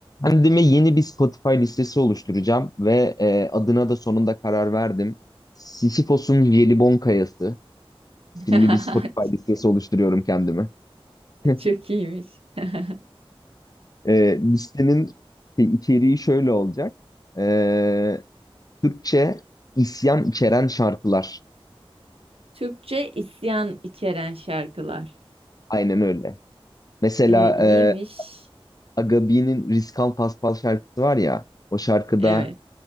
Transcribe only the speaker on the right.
<laughs>
Çok iyiymiş. <laughs>
Türkçe isyan içeren şarkılar.
E, iyiymiş.
Evet,